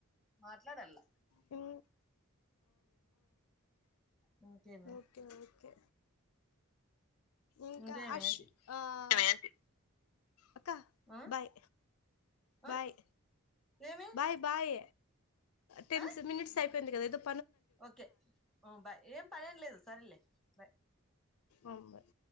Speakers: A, in the centre; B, on the left.
A: మాట్లాడలా
B: వు
A: <inaudible> ఇంకేమి
B: ఓకే ఓకే ఇంకా
A: ఇంకేమి
B: అష్
A: ఏంటి
B: ఆ కంటి అక్క
A: ఆ
B: బాయ్
A: ఆ
B: బాయ్
A: ఏమి
B: బాయ్ బాయ్ టెన్
A: ఆ
B: మనిట్స్ పోయింది కథ ఏందో
A: ఓకే ఉహ్ బాయ్. ఏం పనేం లేదు సరే లే బాయ్
B: ఆహ్ బాయ్